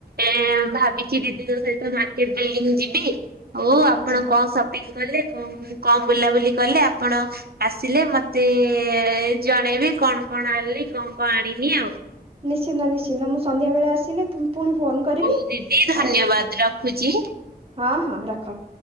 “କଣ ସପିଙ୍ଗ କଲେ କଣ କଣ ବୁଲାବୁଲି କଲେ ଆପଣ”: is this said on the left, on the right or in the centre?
Right